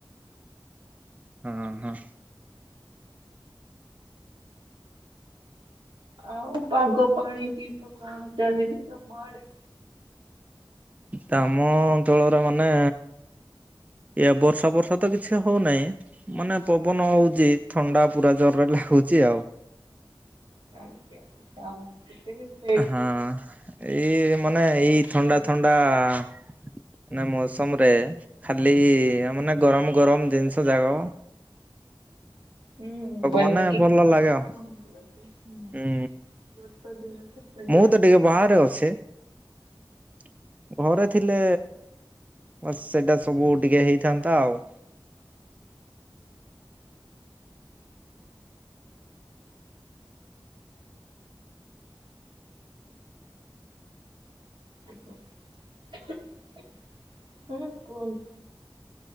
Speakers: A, on the right (about 20°); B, on the right (about 70°).
A: ହଁ ହଁ।
B: ଆଉ ପାାଗ ପାଣି କିସ କାଣ ଚାଲିିଛି ତମ ଆଡ଼େ।
A: ତାମ ଅଞ୍ଚଳର ମାନେ ଏ ବର୍ଷା ବର୍ଷା ତ କିଛି ହଉନାହିଁ। ମାନେ ପବନ ହଉଛି ଥଣ୍ଡା ପୁରା ଜରରେ ହଉଛି ଆଉ।
B: ଆଜ୍ଞା କାମ <unintelligible>
A: ହଁ ଏଇ ମାନେ
B: ବର୍ଷା
A: ଏଇ
B: ତ କମ
A: ଥଣ୍ଡା ଥଣ୍ଡା ମାନେ ମୌସମ ରେ ଖାଲି ମାନେ ଗରମ ଗରମ ଜିନିଷ ଯାଙ୍କ
B: ହୁଁ ବନିକି
A: ମାନେ ଭଲ
B: ବଷା
A: ଲାଗେ ଆଉ ହୁଁ
B: ଦିନକୁ ପାଗୁଡ଼।
A: ମୁଁ ତ ଟିକେ ବାହାରେ ଅଛି। ତ ଘରେ ଥିଲେ, ସେଇଟା ସବୁ ଟିକେ ହେଇଥାନ୍ତା ଆଉ।
B: ହୁଁ କୁହ?